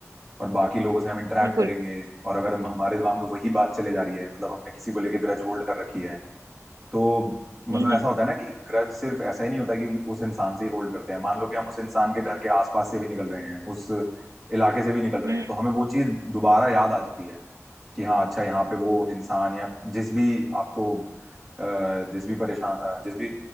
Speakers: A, in the centre; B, on the right.
A: और बाकी लोगों से हम इंटरेक्ट
B: बिल्कुल
A: करेंगे और अगर हम हमारे दिमाग में वही बात चले जा रही है मतलब हमने किसी को लेके ग्रज होल्ड कर रखी है तो मतलब
B: हम्म
A: ऐसा होता है ना कि ग्रज सिर्फ ऐसा ही नहीं होता कि उन- उस इंसान से ही होल्ड करते हैं मान लो कि हम उस इंसान के घर के आसपास से भी निकल रहे हैं उस इलाके से भी निकल रहे
B: हम्म
A: हैं
B: हम्म
A: तो हमें वो चीज दोबारा याद आ जाती है कि हाँ अच्छा यहाँ पे वो इंसान या जिस भी आपको अ, जिस भी परेशान अ, जिस भी